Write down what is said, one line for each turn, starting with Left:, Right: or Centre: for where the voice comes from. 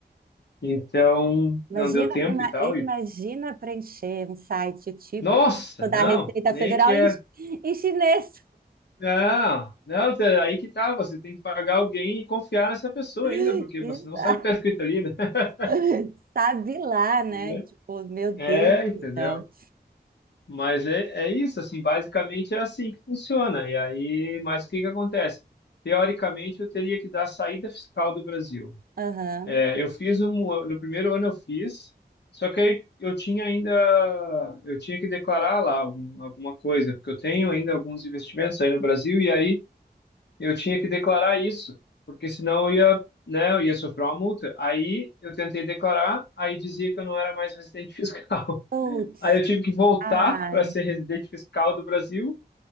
Left: Então,
Right: Imagina,
Left: não deu tempo
Right: ima-
Left: e tal.
Right: imagina
Left: E,
Right: preencher um site tipo
Left: nossa,
Right: da
Left: não,
Right: Receita
Left: nem
Right: Federal
Left: quero.
Right: em, em chinês.
Left: Não, não, Tere, aí que tá. Você tem que pagar alguém e confiar nessa pessoa
Right: Isso,
Left: ainda, porque você não sabe o que tá escrito ali, né? <laughs>
Right: <laughs> sabe lá, né?
Left: Né?
Right: Tipo, meu Deus
Left: É, entendeu?
Right: do céu.
Left: Mas é, é isso, assim, basicamente é assim que funciona. E aí, mas o que que acontece? Teoricamente, eu teria que dar saída fiscal do Brasil.
Right: Aham.
Left: É, eu fiz um, no primeiro ano eu fiz, só que aí eu tinha ainda, eu tinha que declarar lá algum, alguma coisa, porque eu tenho ainda alguns investimentos aí no Brasil e aí eu tinha que declarar isso, porque senão eu ia, né, eu ia sofrer uma multa. Aí eu tentei declarar, aí dizia que eu não era mais residente fiscal.
Right: Putz,
Left: <laughs> Aí eu tive que voltar
Right: ai.
Left: para ser residente fiscal do Brasil